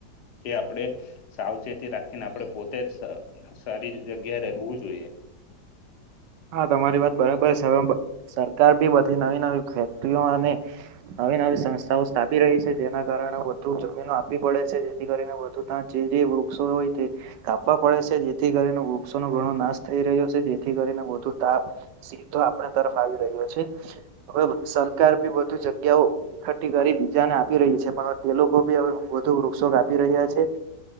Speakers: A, on the left; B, on the right.
A: એ આપણેે સાવચેતી રાખીને આપડે પોતે સ સારી જગ્યા રહેવું જોઈએ.
B: હા તમારી વાત બરાબર સરકાર બી બધી નવી નવી ફેક્ટરીઓ અને નવી નવી સંસ્થાઓ સ્થાપી રહી છે જેના કારણે વધુ જમીનો આપવી પડે છે જેથી કરીને વધુ વૃક્ષો હોય કાપવા પડે છે જેથી કરીને વૃક્ષોનો ઘણો નાશ થઈ રહ્યો છે જેથી કરીને તાપ સીધો આપણા તરફ આવી રહ્યો છે હવે સરકાર બી વધુ જગ્યાઓ એકઠ્ઠી કરી બીજાને આપી રહી છે પણ તે લોકો ભી હવે વધુ વૃક્ષો કાપી રહ્યા છે.